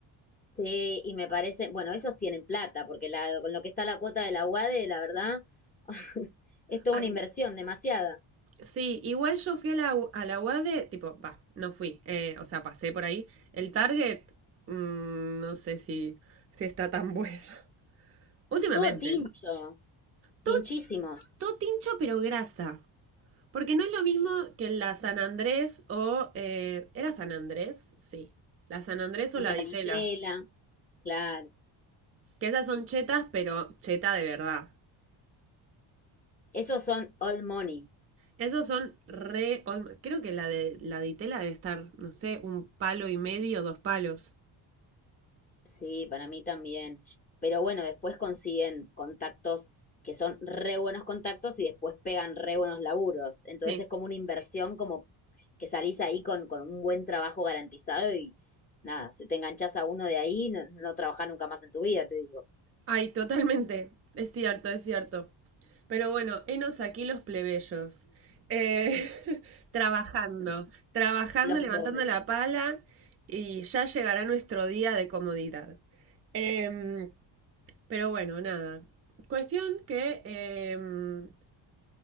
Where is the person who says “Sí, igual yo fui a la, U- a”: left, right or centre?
Right